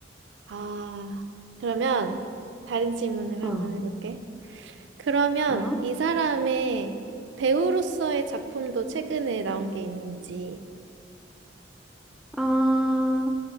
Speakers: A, on the right; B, in the centre.
A: 아, 그러면, 다른 질문을
B: 어,
A: 한번 해볼게. 그러면
B: 어.
A: 이 사람의 배우로서의 작품도 최근에 나온 게 있는지.
B: 아,